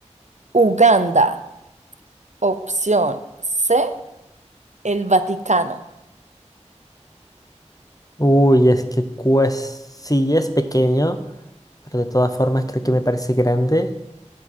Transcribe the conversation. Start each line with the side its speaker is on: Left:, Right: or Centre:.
Right: Uganda. Opción C, el Vaticano.
Left: Uy, es que pues sí es pequeño, pero de todas formas creo que me parece grande